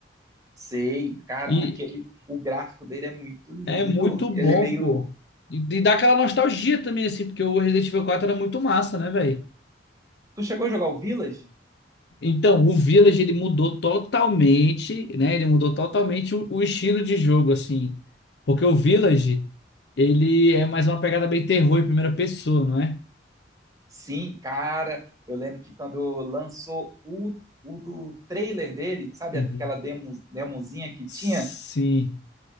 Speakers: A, on the right; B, on the left.
A: Sei, cara,
B: E,
A: aquele o gráfico dele é muito lindo.
B: É muito
A: Ele
B: bom,
A: é meio
B: pô. E, e dá aquela nostalgia também, assim, porque o Resident Evil 4 era muito massa, né, velho?
A: Tu chegou a jogar o Village?
B: Então, o Village, ele mudou totalmente, né? Ele mudou totalmente o, o estilo de jogo, assim. Porque o Village, ele é mais uma pegada bem terror em primeira pessoa, não é?
A: Sim, cara, eu lembro que quando lançou o, o do trailer dele, sabe
B: Uhum.
A: aquela demo, demozinha que
B: Sim,
A: tinha?